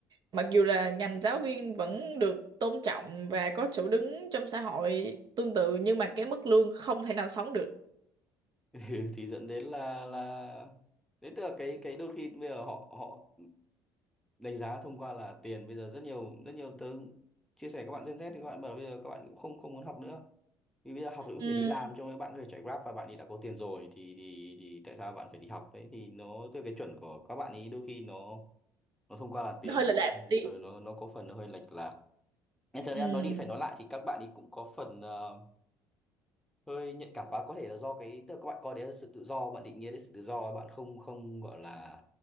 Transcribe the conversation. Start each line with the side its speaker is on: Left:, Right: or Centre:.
Right: mặc dù là ngành giáo viên vẫn được tôn trọng và có chỗ đứng trong xã hội tương tự nhưng mà cái mức lương không thể nào sống được
Centre: <laughs> Ừ, thì dẫn đến là là đấy tức là cái cái đôi khi bây giờ họ họ đánh giá thông qua là tiền bây giờ rất nhiều rất nhiều tớ chia sẻ các bạn Gen Z thì các bạn bảo bây giờ các bạn cũng không không muốn học nữa vì bây giờ học thì cũng
Right: ừ,
Centre: chỉ đi làm trong các bạn có thể chạy Grab và bạn ấy đã có tiền rồi thì thì thì tại sao bạn phải đi học đấy thì nó tức là cái chuẩn của các bạn ấy đôi khi nó nó thông qua là tiền
Right: nó hơi lệch lạc một tí
Centre: ừ, nó nó có phần nó hơi lệch lạc nhưng thật
Right: ừ,
Centre: ra nói đi phải nói lại thì các bạn ấy cũng có phần ờ, hơi nhạy cảm quá có thể là do cái tức là các bạn coi đấy là sự tự do bạn định nghĩa đấy sự tự do bạn không không gọi là